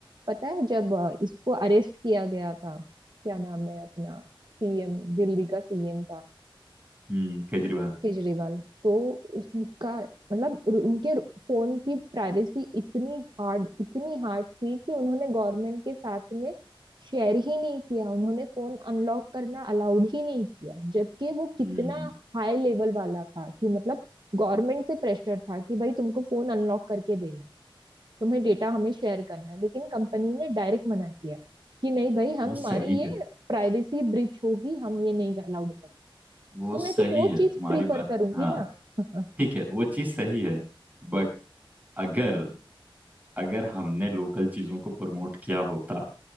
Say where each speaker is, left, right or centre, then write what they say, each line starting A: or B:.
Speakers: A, on the right (about 55°); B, on the right (about 20°).
A: पता है जब अ, इसको अरेस्ट किया गया था क्या नाम है अपना सीएम दिल्ली का सीएम था
B: हम्म केजरीवाल
A: केजरीवाल तो उसका मतलब उनके फोन की प्राइवेसी इतनी हार्ड इतनी हार्ड थी कि उन्होंने गवर्नमेंट के साथ में शेयर ही नहीं किया उन्होंने फोन अनलॉक करना अलाउड ही नहीं किया जबकि वो कितना
B: हम्म
A: हाई लेवल वाला था कि मतलब गवर्नमेंट से प्रेशर था कि भाई तुमको फोन अनलॉक करके देना है तुम्हें डेटा हमें शेयर करना है लेकिन कंपनी ने डायरेक्ट मना किया कि नहीं भाई हम
B: वो सही
A: हमारी ये
B: है
A: प्राइवेसी ब्रिच होगी हम ये नहीं अलाउड करेंगे
B: वो
A: तो
B: सही
A: मैं फिर वो
B: है
A: चीज
B: तुम्हारी
A: प्रिफर
B: बात
A: करूंगी
B: हाँ
A: ना <laughs>
B: ठीक है वो चीज सही है बट अगर अगर हमने लोकल चीजों को प्रमोट किया होता